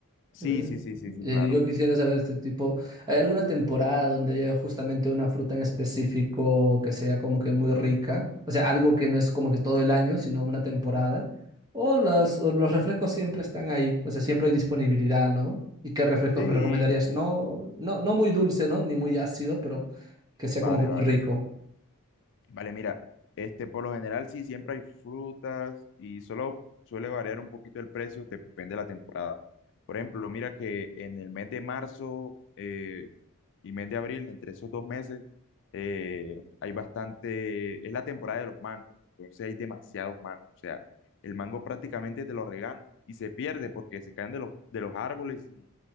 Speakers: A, on the left; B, on the right.
A: Sí,
B: Eh,
A: sí, sí, sí, sí,
B: eh,
A: claro.
B: yo quisiera saber este tipo, ¿hay alguna temporada donde haya justamente una fruta en específico que sea como que muy rica? O sea, algo que no es como que todo el año, sino una temporada. O las, o los refrescos siempre están ahí, o sea, siempre hay disponibilidad, ¿no? ¿Y qué refrescos
A: Sí,
B: me recomendarías? No, no, no muy dulce, ¿no? Ni muy ácido, pero que sea
A: vale,
B: como que muy
A: vale.
B: rico.
A: Vale, mira, este por lo general sí siempre hay frutas y solo suele variar un poquito el precio, depende de la temporada. Por ejemplo, mira que en el mes de marzo, eh, y mes de abril, entre esos dos meses, eh, hay bastante, es la temporada de los mangos, entonces hay demasiados mangos, o sea, el mango prácticamente te lo regalan y se pierde porque se caen de los, de los árboles y